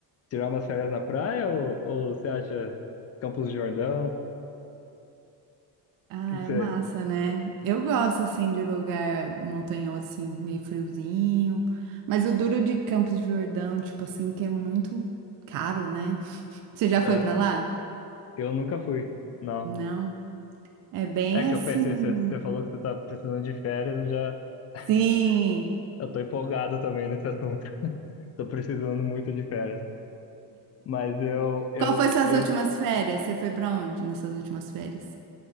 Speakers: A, on the left; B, on the right.
A: tirar umas férias na praia ou, ou você acha Campos do Jordão? O
B: Ah,
A: que que
B: é
A: você...
B: massa, né? Eu gosto, assim, de lugar montanhoso, assim, meio friozinho. Mas o duro de Campos de Jordão, tipo assim, que é muito caro, né? Você já foi
A: ah,
B: pra lá?
A: eu nunca fui, não.
B: Não. É bem
A: É que
B: assim.
A: eu pensei, você, você falou que você tá precisando de férias, eu já... <laughs>
B: Sim.
A: Eu tô empolgado também nesse assunto. <laughs> Tô precisando muito de férias. Mas eu, eu,
B: Qual foi suas
A: eu,
B: últimas férias? Você foi pra onde nessas últimas férias?